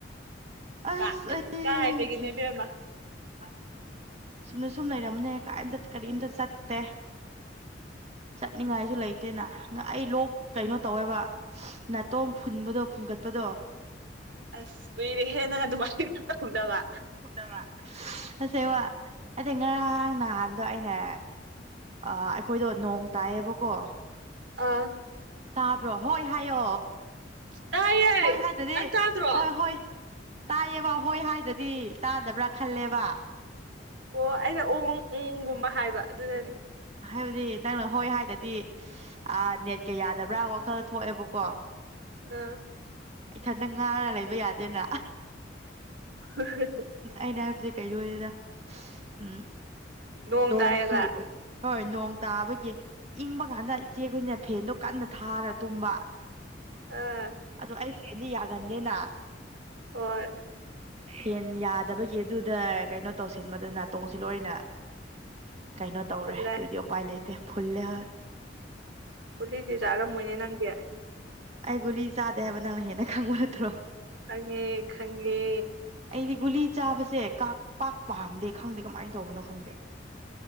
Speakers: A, on the right (about 40°); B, on the right (about 85°).
A: ꯑꯁ
B: ꯀ
A: ꯑꯩ
B: ꯀꯥꯏꯗꯒꯤꯅ‌ꯣ ꯏꯕꯦꯝꯃꯥ
A: <unintelligible> ꯁꯨꯝꯅ ꯁꯨꯝ ꯂꯩꯔꯝꯅꯦ ꯀꯥꯏꯝꯇ ꯀꯔꯤꯝꯇ ꯆꯠꯇꯦ ꯆꯠꯅꯤꯡꯉꯥꯏꯁꯨ ꯂꯩꯇꯦꯅ ꯑꯩ ꯂꯣꯛ ꯀꯩꯅꯣ ꯇꯧꯋꯦꯕ ꯅꯥꯇꯣꯝ ꯐꯨꯟꯕꯗꯣ ꯐꯨꯡꯒꯠꯄꯗꯣ
B: ꯑꯁ ꯀꯨꯏꯔꯦꯍ‌ꯦ ꯅꯪ ꯑꯗꯨꯃꯥꯏꯅꯒ ꯇꯧꯗꯕ
A: <unintelligible> ꯑꯁꯦꯡꯕ ꯑꯗꯩ ꯉꯔꯥꯡ ꯅꯍꯥꯟꯗꯣ ꯑꯩꯅꯦ ꯑ ꯑꯩꯈꯣꯏꯗꯣ ꯅꯣꯡ ꯇꯥꯏꯌꯦꯕꯀꯣ
B: ꯑꯥ
A: ꯇꯥꯕ꯭ꯔꯣ ꯍꯣꯏ ꯍꯥꯏꯌꯣ
B: ꯇꯥꯏꯌꯦ
A: ꯍꯣꯏ ꯍꯥꯏꯗ꯭ꯔꯗꯤ
B: ꯅꯪ ꯇꯥꯗ꯭ꯔꯣ
A: ꯍꯣꯏ
B: ꯑꯣ
A: ꯍꯣꯏ ꯇꯥꯏꯌꯦꯕ ꯍꯣꯏ ꯍꯥꯏꯗꯗꯤ ꯇꯥꯗꯕ꯭ꯔꯥ ꯈꯜꯂꯦꯕ
B: ꯑꯣ ꯑꯩꯅ ꯑꯣꯡ ꯎꯪꯒꯨꯝꯕ ꯍꯥꯏꯕ ꯑꯗꯨꯅꯅꯦ
A: ꯍꯥꯏꯕꯗꯤ ꯅꯪꯅ ꯍꯣꯏ ꯍꯥꯏꯗꯗꯤ ꯑꯥ ꯅꯦꯠꯀ ꯌꯥꯗꯕ꯭ꯔꯥ ꯋꯥꯈꯜꯗ ꯊꯣꯛꯑꯦꯕꯀꯣ
B: ꯑ
A: ꯏꯊꯟꯗ ꯉꯥꯡꯉ ꯂꯩꯕ ꯌꯥꯗꯦꯅ
B: <unintelligible>
A: ꯑꯩꯅ ꯍꯥꯏꯕꯁꯦ ꯀꯩꯅ‌ꯣ ꯑꯣꯏꯗꯦꯗ ꯎꯝ
B: ꯅꯣꯡ
A: ꯅꯣꯡꯁꯨ
B: ꯇꯥꯏꯌꯦꯕ
A: ꯍꯣꯏ ꯅꯣꯡ ꯇꯥꯕꯒꯤ ꯏꯪꯕ ꯀꯥꯟꯗ ꯏꯆꯦꯈꯣꯏꯅ ꯐꯦꯟꯗꯣ ꯀꯟꯅ ꯊꯥꯔ ꯇꯨꯝꯕ
B: ꯑꯥ
A: ꯑꯗꯨ ꯑꯩ ꯐꯦꯟꯗꯤ ꯌꯥꯒꯟꯗ‌ꯦꯅꯥ
B: ꯍꯣꯏ
A: ꯐꯦꯟ ꯌꯥꯗꯕꯒꯤ ꯑꯗꯨꯗ ꯀꯩꯅꯣ ꯇꯧꯁꯤꯟꯕꯗ ꯅꯥꯇꯣꯡꯁꯤ ꯂꯣꯏꯅ ꯀꯩꯅꯣ ꯇꯧꯔꯦ
B: ꯐꯨꯜꯂꯦ
A: ꯑꯗꯨꯗꯤ ꯎꯄꯥꯏ ꯂꯩꯇꯦ ꯐꯨꯜꯂꯦ ꯍ‌ꯣꯏ
B: ꯒꯨꯂꯤꯗꯤ ꯆꯥꯔꯝꯃꯣꯏꯅꯦ ꯅꯪꯗꯤ
A: ꯑꯩ ꯒꯨꯂꯤ ꯆꯥꯗꯦ ꯍꯥꯏꯕ ꯅꯪꯅ ꯍꯦꯟꯅ ꯈꯪꯕ ꯅꯠꯇ꯭ꯔꯣ
B: ꯈꯪꯉꯦ ꯈꯪꯉꯦ
A: ꯑꯩꯗꯤ ꯒꯨꯂꯤ ꯆꯥꯕꯁꯦ ꯀ ꯄꯥꯛ ꯄꯥꯝꯗꯦ ꯈꯪꯗꯦ ꯀꯃꯥꯏꯟ ꯇꯧꯕꯅꯣ ꯈꯪꯗꯦ